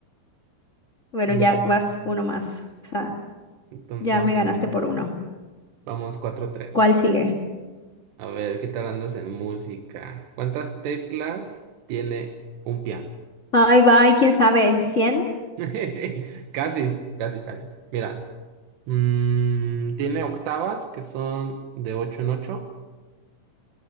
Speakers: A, on the left; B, on the right.
A: Bueno,
B: Guau.
A: ya vas uno más. O sea,
B: Entonces
A: Ya
B: vamos,
A: me ganaste por uno.
B: vamos cuatro tres
A: ¿Cuál sigue?
B: A ver, ¿qué tal andas en música? ¿Cuántas teclas tiene un piano?
A: Ahí va, ahí quién sabe, Cien
B: <laughs> Casi, casi, casi. Mira, mm, tiene octavas que son de 8 en ocho